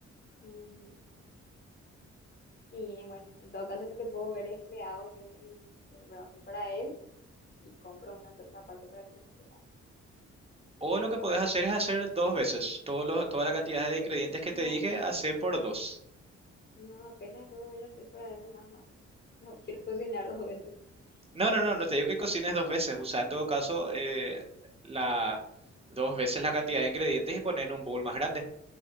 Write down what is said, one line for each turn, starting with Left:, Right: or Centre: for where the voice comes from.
Left: Mm, y bueno, en todo caso lo que puedo ver es le hago yo el, el brownie para él y compro una torta aparte para que la gente cante.
Right: O lo que podés hacer es hacer dos veces. Todos los, toda la cantidad de ingredientes que
Left: No.
Right: te dije, hacé por dos.
Left: No, apenas luego voy a hacer para él nomás, no. No quiero cocinar <laughs> dos veces.
Right: No, no, no, no te
Left: Bu-
Right: digo que cocines dos veces. Usa en todo caso eh, la, dos veces la cantidad de ingredientes y poner en un bowl más grande.